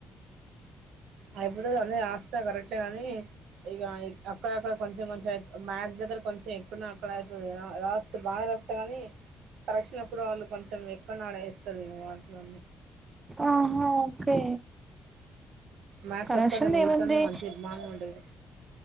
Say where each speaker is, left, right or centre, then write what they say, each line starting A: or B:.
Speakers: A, on the right; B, on the right.
A: అయిపోతే అన్నీ రాస్తా కరెకి కానీ ఇక అక్కడక్కడ కొంచెం కొంచెం అ మ్యాథ్స్ దగ్గర కొంచెం ఎక్కున అక్కడ అవుతుంది రాస్త బాగా రాస్తా కానీ కరెక్షన్ప్పుడు వాళ్ళు కొంచెం ఎక్కున్నా ఆడేస్తారు వాటిలో
B: ఆహా ఓకే
A: మ్యా
B: కరెక్షన్ది
A: చె ఒప్పట మతోంది
B: ఏముంది
A: మంచిర్మానం ఉండదు